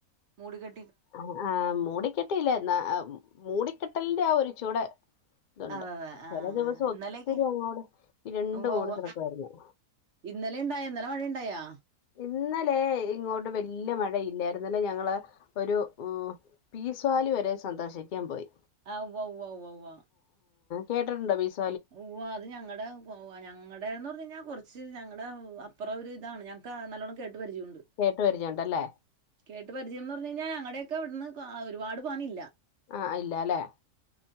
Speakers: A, on the right; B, on the left.
A: മൂഡ് കെ
B: ആഹ് ആഹ് മൂട് കെട്ടീല എന്നാ മൂടിക്കെട്ടലിന്റെ ആ ഒരു ചൂടെ ഇതുണ്ട്
A: അതെ അതെ ആഹ്
B: ചില ദിവസം
A: ആഹ്
B: ഒത്തിരി
A: ഇന്നലെയൊക്കെ
B: അങ്ങോട് ഇരുണ്ടു
A: ഉവ്വ
B: മൂടി
A: ഉവ്വ
B: കിടക്കുവായിരുന്നു
A: ഇന്നലെ ഇണ്ടായ ഇന്നലെ മഴ ഇണ്ടായാ
B: ഇന്നലെ ഇങ്ങോട്ട് വലിയ മഴയില്ലായിരുന്നു ഇന്നലെ ഞങ്ങള് ഒരു പീസ് വാലി വരെ സന്ദർശിക്കാൻ പോയി
A: ആ ഉവ്വ ഉവ്വ ഉവ്വ ഉവ്വ
B: കേട്ടിട്ടുണ്ട് ബിസ്
A: ഉവ്വ അത് ഞങ്ങടെ ഞങ്ങടെന്ന് പറഞ്ഞ് കഴിഞ്ഞ കൊറ ച്ച് ഞങ്ങടെ അപ്പുറം ഒരിതാണ് ഞങ്ങൾക്ക് നല്ലോണം കേ പരിചയണ്ട്
B: കേട്ടുപരിചയണ്ടല്ലേ
A: കേട്ട പരിചയം എന്ന് പറഞ്ഞു കഴിഞ്ഞാൽ ഞങ്ങടെ ക്കെ ഇവിടുന്ന് ഒരുപാട് പണില്ലാ
B: ആ ഇല്ല അല്ലേ